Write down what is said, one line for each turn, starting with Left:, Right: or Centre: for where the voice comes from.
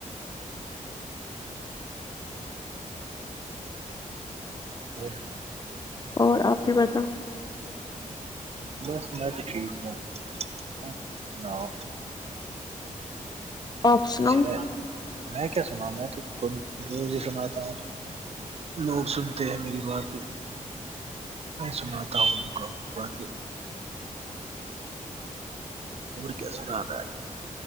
Right: اور
Left: اور آپ ہی بتاؤ
Right: بس میں تو ٹھیک ہوں آپ سناؤ
Left: آپ سناؤ
Right: اچھے ہیں میں کیا سناؤں میں تو روز ہی سناتا ہوں لوگ سنتے ہیں میری بات میں سناتا ہوں ان کا باتیں اور کیا سنانا